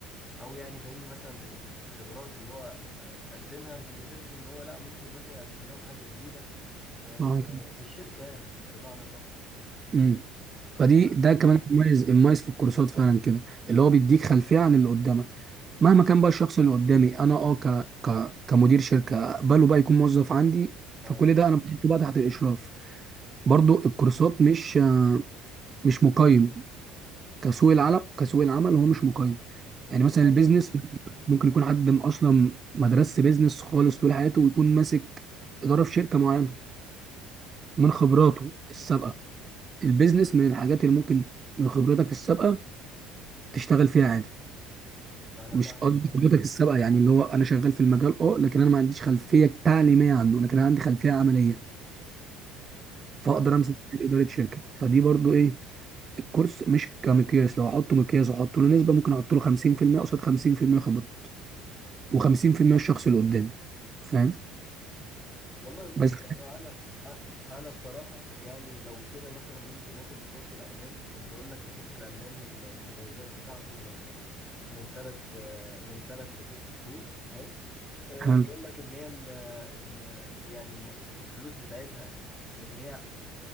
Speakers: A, on the left (about 20°); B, on the right (about 35°).
A: او يعني فاهمني مثلا من الخبرات اللي هو قدمها بيحسوا ان هو لا ممكن مثلا يقدم لهم حاجة جديدة آه،
B: صح
A: في
B: كده
A: في الشركة يعني بمعنى صح
B: امم فدي
A: بس
B: ده كمان المميز المميز في الكورسات فعلا كده اللي هو بيديك خلفيه عن اللي قدامك مهما كان بقى الشخص اللي قدامي انا اه ك... ك... كمدير شركه اقبله بقى يكون موظف عندي
A: اه
B: فكل ده انا بحطه بقى تحت الاشراف برضو الكورسات مش آه، مش مقيم كسوق العمل كسوق العمل هو مش مقيم يعني
A: دي
B: مثلا
A: حقيقة
B: البيزنس ممكن يكون حد م- اصلا ما درسش بيزنس خالص طول حياته ويكون ماسك اداره في شركه معينه من خبراته السابقه البيزنس من الحاجات اللي ممكن من خبرتك السابقه تشتغل فيها عادي
A: انا
B: مش
A: فاهمك
B: قصدي
A: اه
B: خبرتك السابقه يعني اللي هو انا شغال في المجال اه لكن انا ما عنديش خلفيه تعليميه عنه لكن انا عندي خلفيه عمليه
A: فاهمك
B: فاقدر امسك اداره شركه فدي برضو ايه الكورس مش كمقياس لو احطه مقياس واحط له نسبه ممكن احط له 50% قصاد 50% خبره و50% الشخص اللي قدامي فاهم
A: والله بص
B: بس
A: يعني انا انا بصراحه يعني لو كده مثلا ممكن اخد الكورس الالماني كان بيقول لك الكورس الالماني المميزات بتاعته من من ثلاث من ثلاث لست شهور حلو آه،
B: حلو
A: بيقول لك ان هي ال ال يعني الم- الفلوس بتاعتها ان هي